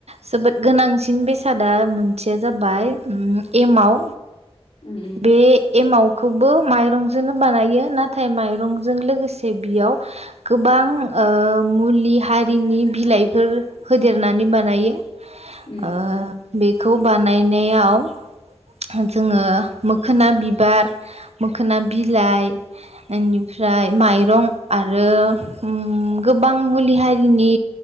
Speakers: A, on the right; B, on the left.
A: जोबोद गोनां सिन बेसादा मोनसेया जाबाय उम एमाव।
B: उम
A: बे एमाव खौबो माइरंजोंनो बानायो नाथाय माइरंजों लोगोसे बियाव गोबां ओ मुलि हारिनि बिलाइफोर होदेरनानै बानायो।
B: उम उम
A: आ
B: उम
A: बे खौ बानायनायाव जोङो मोखोना बिबार, मोखोना बिलाइ इनिफ्राय माइरं आरो उम गोबां मुलि हारिनि